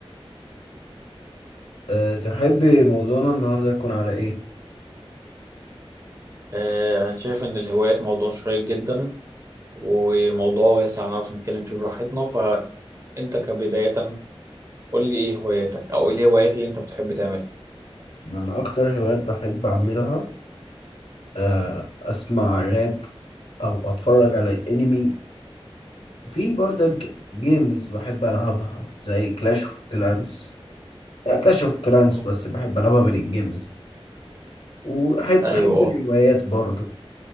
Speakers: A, on the left; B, on the right.
A: أه تحبي موضوعنا النهارده يكون على ايه
B: آه أنا شايف إن الهوايات موضوع شيق جدا وموضوع واسع نعرف نتكلم فيه براحتنا فأنت كبداية قول لي إيه هواياتك أو إيه الهوايات اللي أنت بتحب تعملها؟
A: من اكتر الهوايات بحب اعملها أه اسمع راب او اتفرج على انمي وفي برضه جيمز بحب العبها زي كلاش اوف كلانس يعني كلاش اوف كلانس
B: مم.
A: بس بحب العبها من الجيمز وبحب
B: أيوه
A: بحب الروايات برضه